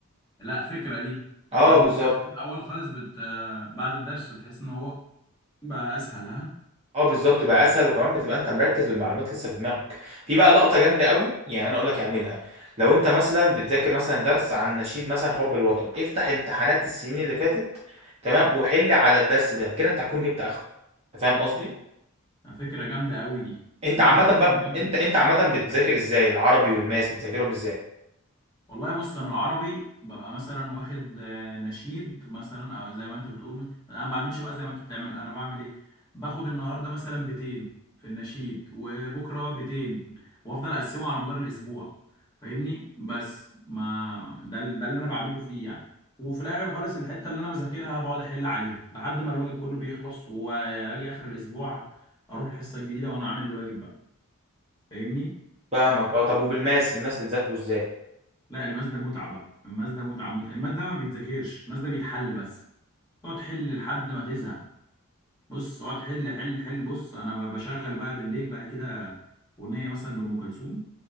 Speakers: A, on the left; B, on the right.
A: لا فكرة دي
B: اه
A: لما
B: بالظبط
A: بتقرا الأول خالص بت... بعد الدرس بتحس إن هو بقى أسهل ها
B: اه بالظبط بقى اسهل وكمان بتبقى انت مركز والمعلومات لسه في دماغك في بقى لقطه جامده قوي يعني انا اقول لك اعملها لو انت مثلا بتذاكر مثلا درس عن نشيد مثلا حب الوطن افتح امتحانات السنين اللي فاتت تمام وحل على الدرس ده كده انت هتكون جبت اخره أنت فاهم قصدي
A: فكرة جامدة أوي دي
B: انت
A: لا
B: عامه
A: لا
B: بقى
A: فكرة جامدة
B: انت انت عامه بتذاكر ازاي العربي والماس بتذاكرهم ازاي
A: والله بص انا العربي ببقى مثلا واخد آه، نشيد مثلا او زي ما انت بتقول مث- انا ما بعملش بقى زي ما انت بتعمل انا بعمل ايه باخد النهارده مثلا 200 في النشيد وبكره 200 وافضل اقسمه على مدار الاسبوع فاهمني بس ما ده ال- ده اللي انا بعمله فيه يعني وفي الاخر خالص الحته اللي انا بذاكرها بقعد احل عليها لحد ما الواجب كله بيخلص واجي اخر الاسبوع اروح الحصه الجديده وانا عامل الواجب بقى فاهمني
B: فاهمك اه طب وبالماس الماس بتذاكره ازاي
A: لا الماس ده متعة بقى الماس ده متعة متعة الماس ده ما بيتذاكرش الماس ده بيتحل بس تقعد تحل لحد ما تزهق بص اقعد حل حل حل بص انا ب- بشغل بقى بالليل بقى كده اغنية مثلا لأم كلثوم